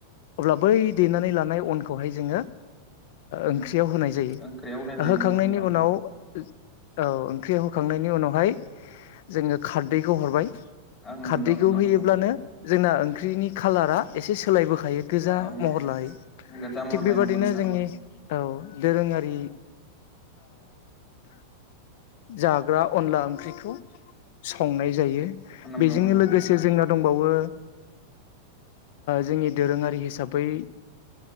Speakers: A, on the left (about 50°); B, on the left (about 25°).
A: अब्ला बै देनानै लानाय अनखौहाय जोंङो।
B: उम
A: ओंख्रियाव होनाय जायो
B: ओंख्रियाव होनाय
A: होखांनायनि
B: नंगौ नोंथां नंगौ
A: उनाव औ ओंख्रि याव होखांनायनि उनावहाय जोङो खारदैखौ हरबाय
B: ओं
A: खारदैखौ
B: नंगौ नंगौ
A: होयोब्लानो
B: नोंथां
A: जोंना ओंख्रिनि खालारा एसे सोलायबोखायो गोजा
B: औ
A: महर लायो <inaudible>
B: गोजा महर
A: थिग बेबादिनो
B: लायनांगौ नोंथां
A: जोंनि
B: नंगौ
A: औ दोरोङारि जाग्रा अनला ओंख्रिखौ संनाय जायो।
B: नंगौ
A: बेजोंनो
B: नंगौ
A: लोगोसे
B: नोंथां
A: जोंना दंबावो। जोंनि दोरोङारि हिसाबै।